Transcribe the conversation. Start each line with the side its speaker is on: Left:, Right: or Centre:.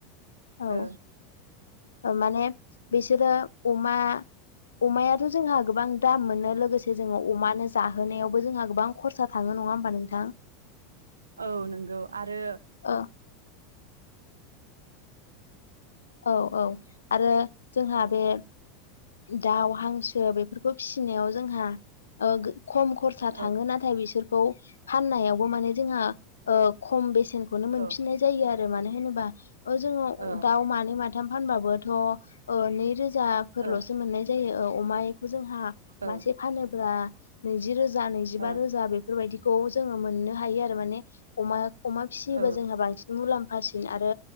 Left: औ
Right: ओ
Left: माने बिसोरो अमा अमायाथ' जोंहा गोबां दाम मोनो लोगोसे जोङो अमानो जाहोनायावबो जोंहा गोबां खरसा थाङो नङा होमबा नोंथां।
Right: औ नंगौ आरो
Left: ओ औ औ आरो जोंहा
Right: औ
Left: बे दाउ, हांसो बेफोर बो फिसिनायाव जोंहा ओ खम खरसा थाङो
Right: औ
Left: नाथाय बिसोर खौ फाननायावबो माने जोंहा ओ ख'म बेसेनखैनो मोनफिननाय
Right: औ ओ
Left: जायो आरो मानोहोनोबा ओ जोङो
Right: ओ
Left: दाउ मा मानै, माथाम फानबाबोथ ओ नैरोजा फोरलसो
Right: ओ
Left: मोननाय जायो ओ अमा ए जों मासे
Right: ओ
Left: फानोब्ला नैज रोजा नैजबा
Right: औ
Left: रोजा बेफोरबायदि खौ जोङो मोननो हायो आरो माने अमा अमा फिसियोबा
Right: ओ
Left: जोंहा बांसिन मुलाम्फ आसिन आरो